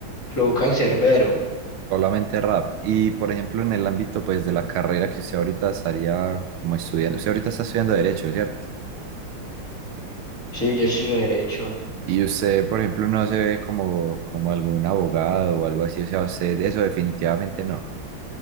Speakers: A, on the left (about 35°); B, on the right (about 80°).
A: Flow cancerbero.
B: solamente rap. Y por ejemplo en el ámbito pues de la carrera que usted ahorita estaría como estudiando, usted ahorita está estudiando derecho, ¿cierto?
A: Sí, yo soy derecho.
B: Y usted, por ejemplo, no se ve como, como algún abogado o algo así, o sea, usted de eso definitivamente no.